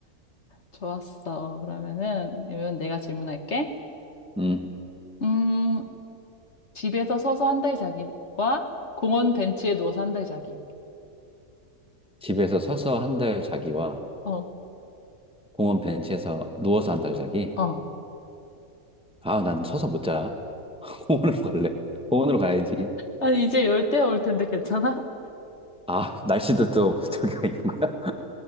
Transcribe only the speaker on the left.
좋았어. 그러면은, 이번 내가 질문할게.
음, 집에서 서서 한달 자기와 공원 벤치에 누워서 한 달 자기.
어,
어.
아니, 이제 열대 올 텐데 괜찮아?